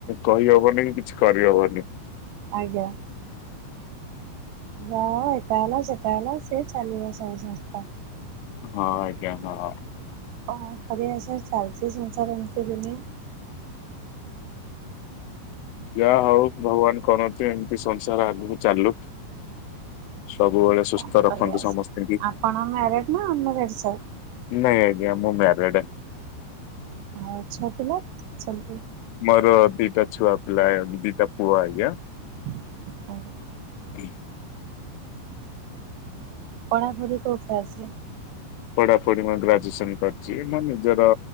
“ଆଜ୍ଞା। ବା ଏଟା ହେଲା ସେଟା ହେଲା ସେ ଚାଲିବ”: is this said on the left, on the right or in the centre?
Right